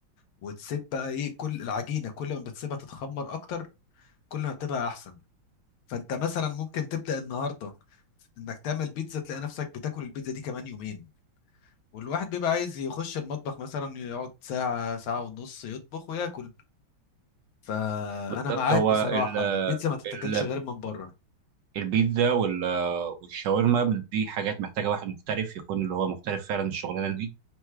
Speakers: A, on the left; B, on the right.
A: وتسيب بقى ايه كل العجينه كل ما بتسيبها تتخمر اكتر كل ما بتبقى احسن فانت مثلا ممكن تبدا النهارده انك تعمل بيتزا تلاقي نفسك بتاكل البيتزا دي كمان يومين والواحد بيبقى عايز يخش المطبخ مثلا يقعد ساعة ساعة ونص يطبخ وياكل فانا
B: بالظبط
A: معاك
B: هو
A: بصراحه
B: ال-
A: البيتزا ما تتاكلش
B: ال-
A: غير من بره
B: البيتزا وال- والشاورما دي حاجات محتاجه واحد محترف يكون اللي هو محترف فعلا الشغلانه دي